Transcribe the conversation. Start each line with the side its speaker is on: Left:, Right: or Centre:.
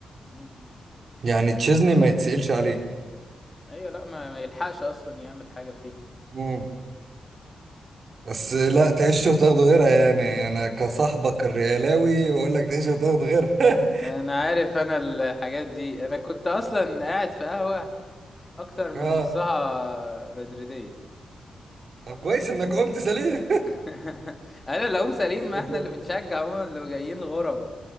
Left: م- م.
Right: يعني تشيزني ما يتسألش عليه
Left: ايوه لا ما, ما يلحقش أصلا يعمل حاجة فيها
Right: مم. بس لا تعيش وتاخد غيرها يعني انا كصاحبك الريالاوي بقول لك تعيش وتاخد غيرها <laughs>
Left: انا عارف انا الحاجات دي انا كنت اصلا قاعد في قهوة اكتر من
Right: اه
Left: نصها مدريدية
Right: طب كويس انك قمت سليم
Left: <laughs> انا اللي هم سليم
Right: <laughs>
Left: ما
Right: انت
Left: احنا اللي بنشجع هم اللي جايين غربة